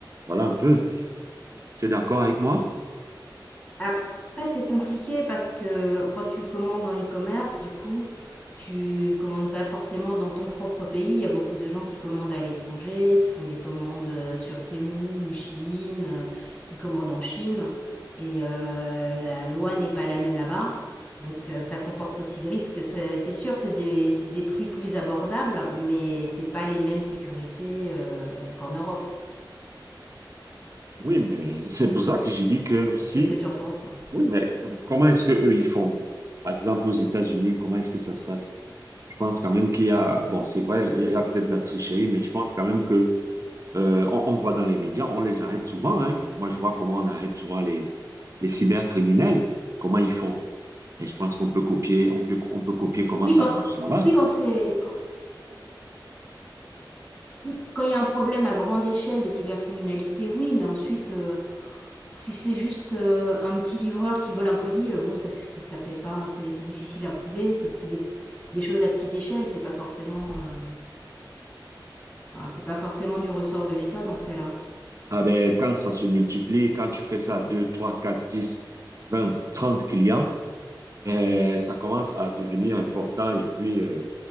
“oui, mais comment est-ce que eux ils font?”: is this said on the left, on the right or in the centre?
Right